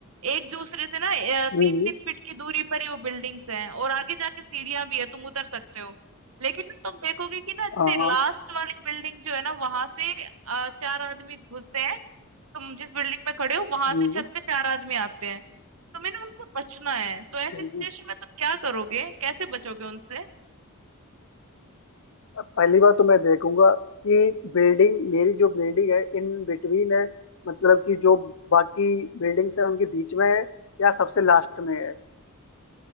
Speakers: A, on the right; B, on the left.
A: एक दूसरे से ना तीन
B: हम्म हम्म,
A: तीन फीट की दूरी पर ही वो बिल्डिंग्स हैं और आगे जाके सीढ़ियां भी है तुम उतर सकते हो लेकिन ना तुम देखोगे कि ना जैसे
B: हाँ हाँ।
A: लास्ट वाली बिल्डिंग जो है ना वहां से अ, चार आदमी घुसते हैं तुम जिस बिल्डिंग में खड़े हो वहां
B: हम्म
A: से छत पे चार आदमी आते हैं तुम्हें ना उनसे बचना है तो ऐसी
B: ठीक
A: सिचुएशन
B: है
A: में तुम क्या करोगे कैसे बचोगे उनसे
B: अब पहली बार तो मैं देखूंगा कि बिल्डिंग मेरी जो बिल्डिंग है इन बिटवीन है मतलब कि जो बाकी बिल्डिंग्स है उनके बीच में है या सबसे लास्ट में है